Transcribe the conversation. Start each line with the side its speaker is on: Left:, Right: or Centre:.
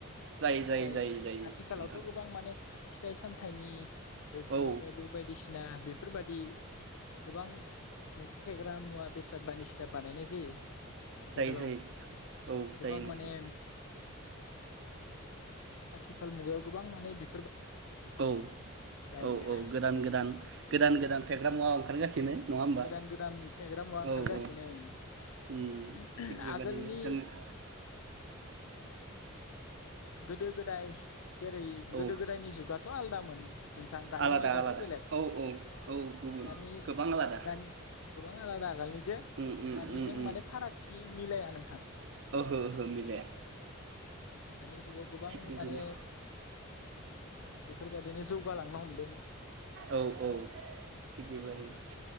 Right: जायो
Left: नाथाय
Right: जायो जायो जायो
Left: आथिखालावथ'
Right: नोंथां
Left: गोबां माने फिथाइ सामथाइनि रोसिनिफ्रायबो
Right: औ
Left: बायदिसिना बे बेफोरबादि गोबां मु फेग्रा मुवा बेसाद बानदिसिना बानायनाय जायो। आथिखालाव
Right: जायो जायो औ जायो
Left: गोबां
Right: नोंथां
Left: माने आथिखाल मुगायाव गोबां माने बि
Right: औ
Left: दानिया
Right: औ औ गोदान गोदान गोदान गोदान फेग्रा मुवा ओंखारगासिनो। नङा होमबा
Left: गोदान गोदान फेग्रा मुवा ओंखारगासिनो
Right: औ औ
Left: ओं
Right: उम थिग बेबादिनो
Left: आगोलनि
Right: जों
Left: गोदो गोदाय जेरै
Right: औ
Left: गोदो गोदायनि जुगाथ' आलदामोन नोंथां दानि
Right: आलादा
Left: जुगाथ'
Right: आलादा
Left: बेलेग
Right: औ औ औ गुबुन
Left: दानि
Right: गोबां आलादा
Left: दानि गोबां आलादा आगालनि <unintelligible>
Right: उम उम
Left: दानिजों
Right: उम उम
Left: माने फारागथि <unintelligible> मिलाया नोंथां।
Right: ओहो ओहो मिलाया।
Left: दानि जुगाव गोबां
Right: थिग बिदिनो
Left: माने बेफोरबायदिनो जौगालांनो हमदों।
Right: औ औ थिग बेबायदिनो